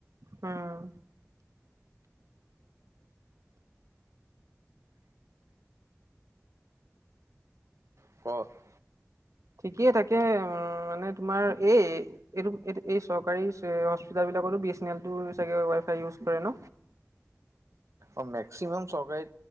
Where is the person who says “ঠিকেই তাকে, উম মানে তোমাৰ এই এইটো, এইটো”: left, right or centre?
Right